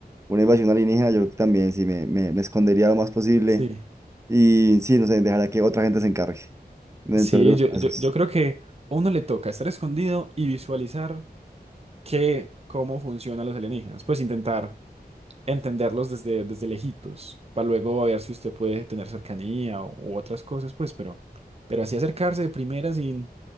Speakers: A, on the right (about 15°); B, on the right (about 35°).
A: una invasión alienígena, yo creo que también sí me, me, me escondería lo más posible
B: Sí.
A: y sí, no sé, dejaría que otra gente se encargue, en
B: Sí,
A: el peor de los
B: yo,
A: casos.
B: yo, yo creo que a uno le toca estar escondido y visualizar que, cómo funcionan los alienígenas. Pues intentar entenderlos desde, desde lejitos, para luego ver si usted puede tener cercanía o, u otras cosas, pues, pero, pero así acercarse de primera sin...